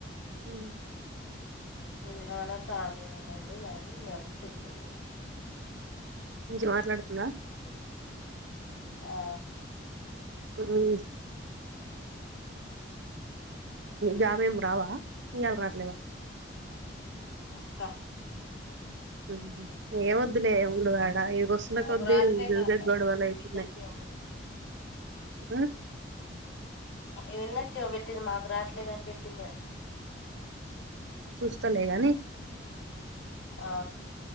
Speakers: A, on the right; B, on the left.
A: మ్మ్ హు
B: ఏవన్నా కానివ్వండి అయితే గాని ఇంగ చెప్పింది ఇగ
A: మంచిగ మాట్లాడుతుంద
B: ఆ
A: మ్మ్ జాబ్ ఏం రావా ఇయ్యలా రాట్లేవా
B: ఇస్తా
A: ఉమ్ హు ఏం వద్దులే ఉండు వా దా ఇగొస్తున్నా
B: మాకు
A: కొద్దీ
B: రాట్లేగా
A: ఊకూకే
B: అంట
A: గొడవలు
B: మరి మీ
A: అవుతున్నాయి
B: విన్నకేమో
A: ఆ
B: ఏ విన్నాక ఏమో పెట్టింది మాకు రాట్లే అని పెట్టింది ఏమో
A: చూస్తలే గాని
B: ఆ